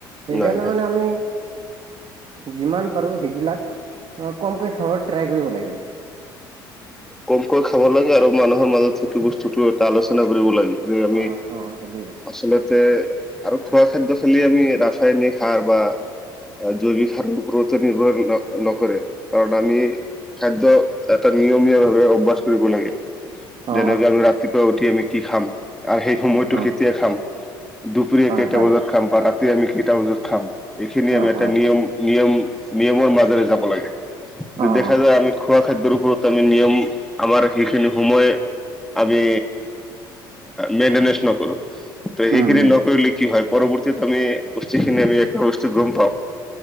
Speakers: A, on the right; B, in the centre.
A: সেইকাৰণে
B: নাই নাই
A: মানে আমি যিমান পাৰো সেইবিলাক অ কমকে খাব ট্ৰাই কৰিব লাগে।
B: কমকৈ খাব লাগে আৰু মানুহৰ মাজত সেইটো বস্তুটো এটা আলোচনা কৰিব লাগে। যে আমি
A: অ অ হেৰি অ
B: আচলতে আৰু খোৱা খাদ্য খালি আমি ৰাসায়নিক সাৰ বা জৈৱিক সাৰ উপৰত নিৰ্ভৰ ন নকৰে। কাৰণ আমি খাদ্য এটা নিয়মীয়া ভাৱে অভ্যাস কৰিব লাগে।
A: অ অ
B: যেনেক ধৰা ৰাতিপুৱা উঠি আমি কি খাম। আৰু সেই সময়টো
A: অ
B: কেতিয়া খাম, দুপৰীয়া
A: হয়
B: কেইটা
A: হয়
B: বজাত খাম বা ৰাতি আমি কেইটা বজাত খাম। এইখিনি
A: অ
B: আমি এটা
A: অ
B: নিয়ম, নিয়ম, নিয়মৰ মাজেৰে যাব লাগে
A: অ অ
B: দেখা যায় আমি খোৱা খাদ্যৰ ওপৰত আমি নিয়ম আমাৰ সেইখিনি সময়ে আমি মেইনটেনেঞ্চ নকৰো ত সেইখিনি
A: উম উম
B: নকৰি কি হয় পৰৱৰ্তীত আমি বস্তুখিনি আমি একটা বস্তু গম পাওঁ